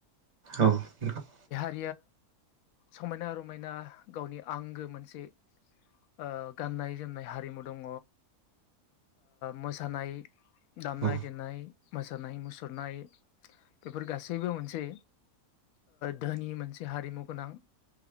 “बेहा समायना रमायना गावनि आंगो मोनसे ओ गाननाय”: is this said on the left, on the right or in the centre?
Left